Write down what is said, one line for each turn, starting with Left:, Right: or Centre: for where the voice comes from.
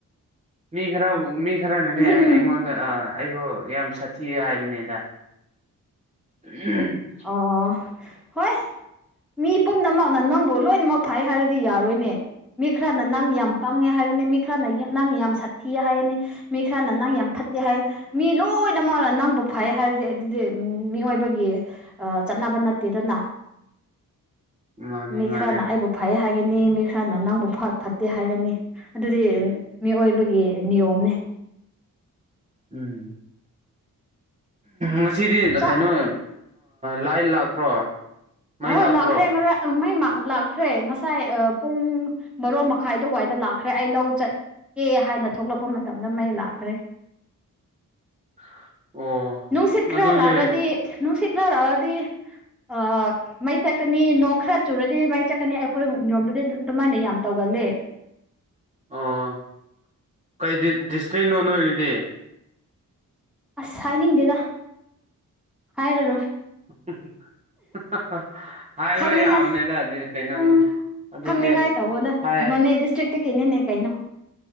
Right: ꯃꯤ ꯈꯔ ꯃꯤ ꯈꯔꯅꯗꯤ
Centre: ꯎꯝ
Right: ꯑꯩꯉꯣꯟꯗ ꯑꯩꯕꯨ ꯌꯥꯝ ꯁꯥꯊꯤꯌꯦ ꯍꯥꯏꯕꯅꯤꯗ ꯎꯝ
Centre: ꯑꯣ ꯍꯣꯏ ꯃꯤ ꯄꯨꯝꯅꯃꯛꯅ ꯅꯪꯕꯨ ꯂꯣꯏꯅꯃꯛ ꯐꯩ ꯍꯥꯏꯔꯗꯤ ꯌꯥꯔꯣꯏꯅꯦ ꯃꯤ ꯈꯔꯅ ꯅꯪ ꯌꯥꯝ ꯄꯥꯡꯉꯦ ꯍꯥꯏꯔꯤꯅꯦ ꯃꯤ ꯃꯤ ꯈꯔꯅ ꯅꯪ ꯌꯥꯝ ꯁꯥꯠꯊꯤ ꯍꯥꯏꯅꯤ ꯃꯤ ꯈꯔꯅ ꯅꯪ ꯌꯥꯝ ꯐꯠꯇꯦ ꯍꯥꯏꯅꯤ ꯃꯤ ꯂꯣꯏꯅꯃꯛꯒ ꯅꯪꯕꯨ ꯎ ꯐꯩ ꯍꯥꯏꯔꯗꯤ ꯑꯗꯨꯗꯤ ꯃꯤꯑꯣꯏꯕꯒꯤ ꯆꯠꯅꯕ ꯅꯠꯇꯦꯗꯅ
Right: ꯃꯥꯅꯦ
Centre: ꯃꯤ
Right: ꯃꯥꯅꯦ
Centre: ꯈꯔꯅ ꯑꯩꯕꯨ ꯐꯥꯏ ꯍꯥꯏꯒꯅꯤ ꯃꯤ ꯈꯔꯅ ꯅꯪꯕꯨ ꯐꯠꯇꯦ ꯍꯥꯏꯒꯅꯤ ꯑꯗꯨꯗꯤ ꯃꯤꯑꯣꯏꯕꯒꯤ ꯅꯤꯌꯣꯝꯅꯦ
Right: ꯎꯝ ꯉꯁꯤꯗꯤ
Centre: ꯆꯥꯛ
Right: ꯀꯩꯅꯣ ꯂꯥꯏ ꯂꯥꯛꯄ꯭ꯔꯣ ꯃꯩ
Centre: ꯑꯣꯏ
Right: ꯂꯥꯛꯄ꯭ꯔꯣ
Centre: ꯂꯥꯛꯈ꯭ꯔꯦ ꯉꯔꯥꯡ ꯃꯥꯏ ꯃꯥ ꯂꯥꯛꯈ꯭ꯔꯦ ꯉꯁꯥꯏ ꯄꯨꯡ ꯕꯔꯣ ꯃꯈꯥꯏ ꯑꯗꯨꯋꯥꯏꯗ ꯂꯥꯛꯈ꯭ꯔꯦ ꯑꯩ ꯂꯧ ꯆꯠ ꯀꯦ ꯍꯥꯏꯅ ꯊꯣꯛꯂꯛꯄ ꯃꯇꯝꯗ ꯃꯩ ꯂꯥꯛꯈ꯭ꯔꯦ
Right: <inaudible>
Centre: ꯅꯨꯡꯁꯤꯠ ꯈꯔ
Right: ꯑꯗꯨꯗꯤ
Centre: ꯂꯥꯛꯔꯗꯤ ꯅꯨꯡꯁꯤꯠ ꯈꯔ ꯂꯥꯛꯔꯗꯤ ꯑ ꯃꯩ ꯆꯠꯀꯅꯤ ꯅꯣꯡ ꯈꯔ ꯆꯨꯔꯗꯤ ꯃꯩ ꯆꯠꯀꯅꯤ ꯑꯩꯈꯣꯏ ꯏꯔꯣꯝꯗꯗꯤ ꯑꯗꯨꯃꯥꯏꯅ ꯌꯥꯝ ꯇꯧꯒꯅꯤ ꯒꯜꯂꯦ
Right: ꯑ ꯀꯩ ꯗꯤꯁꯇ꯭ꯔꯤꯛꯅꯣ ꯑꯣꯏꯒꯤꯗꯤ
Centre: ꯑꯁ ꯍꯥꯏꯅꯤꯡꯗꯦꯗ ꯍꯥꯏꯔꯔꯣꯏ
Right: <inaudible>
Centre: ꯈꯪꯅꯤꯡꯉꯥꯏ
Right: ꯌꯥꯕꯅꯤꯗꯗꯤ ꯀꯩꯅꯣꯅꯦ
Centre: ꯎꯝ
Right: ꯑꯗꯨꯗꯤ
Centre: ꯈꯪꯅꯤꯡꯉꯥꯏ ꯇꯧꯕꯗ
Right: ꯍꯥꯏ
Centre: ꯅꯣꯅꯦ ꯗꯤꯁꯇ꯭ꯔꯤꯛ ꯒꯤ ꯅꯅꯦ ꯀꯥꯏꯅꯣ